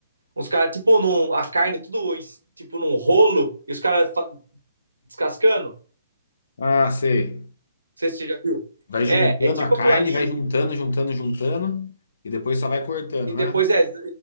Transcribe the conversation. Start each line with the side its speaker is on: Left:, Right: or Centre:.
Right: uns caras, tipo, num, a carne tudo tipo num rolo e os caras descascando? Não
Left: Ah, sei.
Right: sei se você já viu.
Left: Vai juntando
Right: É, é tipo
Left: a carne,
Right: aquilo ali,
Left: vai juntando, juntando, juntando, e depois só vai cortando,
Right: e depois
Left: né?
Right: é